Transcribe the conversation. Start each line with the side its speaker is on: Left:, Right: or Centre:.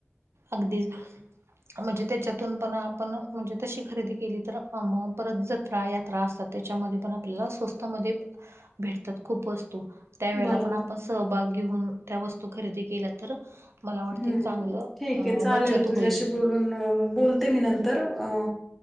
Right: अगदीं म्हणजे त्यांच्यातून पणं आपणं म्हणजे तशी खरेदी केली तरं परत जत्रां यांत्रां असतांत त्यांच्यामध्ये पणं आपल्यांला स्वस्थ मध्ये भेटतांत खूंप वस्तूं त्यां वेळेलां
Centre: बरोबर.
Right: पणं आपणं सहभांग घेऊन त्यां वस्तूं खरेदी केल्यां तरं मलां वाटतें
Centre: हं.
Right: चांगलं
Centre: ठीक
Right: अ
Centre: आहे चालेल
Right: बचत
Centre: तुझ्यांशी
Right: होईल
Centre: बोलून बोलते मी नंतर अ